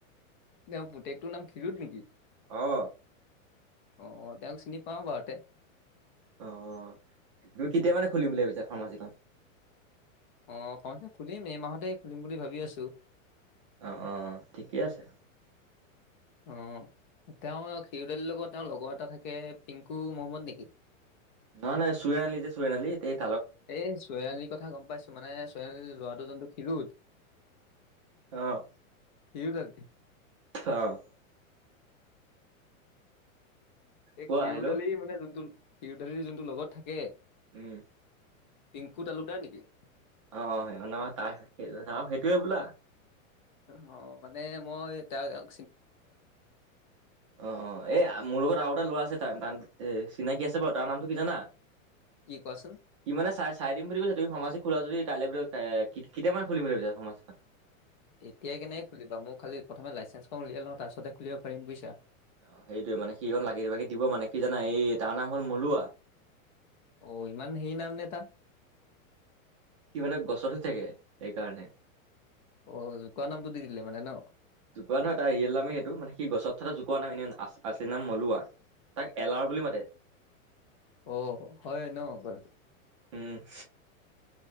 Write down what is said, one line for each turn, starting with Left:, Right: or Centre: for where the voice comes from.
Left: তেওঁ পুতেকটোৰ নাম খিৰোদ নেকি-
Right: অ
Left: আহ তেওঁক চিনি পাও বাৰুতে-
Right: অ তুমি কেতিয়া মানে খুলিম বুলি ভাবিছা ফাৰ্মাচীখন।
Left: অ ফাৰ্মাচী খুলিম এই মাহতে খুলিম বুলি ভাবি আছোঁ।
Right: অ অ ঠিকেই আছে।
Left: অ তেওঁৰ খিৰদালিৰ লগত তেওঁৰ লগৰ এটা থাকে পিংকু মহম্মদ নেকি?
Right: নহয় নহয় শুৱেনআলি যে শুৱেন আলি তে-
Left: এই শুৱেনআলি কথা গম পাইছো মানে শুৱেনআলি ল'ৰাটো যোনটো খিৰোদ
Right: আহ
Left: খিউদ আলি
Right: অ
Left: এই
Right: কোৱা
Left: খিউদ
Right: হেল্ল'
Left: আলি মানে যোনটো খিউদ আলিৰ যোনটো লগত থাকে।
Right: উম
Left: পিংকু তালুকদাৰ নেকি?
Right: অ তাৰ সেইটোয়ে বোলা
Left: অ মানে মই তাৰ গাল
Right: অ এ মোৰ লগত আৰু এটা লৰা আছে তাৰ তান এ চিনাকি আছে বাৰু তাৰ নামটো কি জানা
Left: কি কোৱাচোন?
Right: সি মানে চাই চাই দিম বুলি কৈছা তুমি ফাৰ্মাছি খোলা যদি। কাইলৈ ভিতৰত কেতিয়ামানে খুলিম বুলি ভাবিছা ফাৰ্মাছিত
Left: এতিয়াই কেনেকে খুলিবা মোৰ খালি প্ৰথমে লাইচেন্সখন উলিয়াই লওঁ তাৰপিছতে খুলিব পাৰি বুইছা।
Right: অ সেইটোয়ে মানে সি লাগিভাগি দিব মানে। কি জানা এই তাৰ নাম হল মলুৱা।
Left: অ ইমান হেৰি নাম নে তাৰ।
Right: সি মানে গছতে উঠি থাকে সেইকাৰণে।
Left: অ' জোকোৱা নামটো দি দিলে মানে ন?
Right: জোকোৱা নহয় তাৰ ৰিয়েল নামে এটো সি গছত কথাটো জোকোৱা নাই এনে আচলি নাম মলুৱা তাক এলাৰ বুলি মাতে।
Left: অ হয় ন কথাটো
Right: উম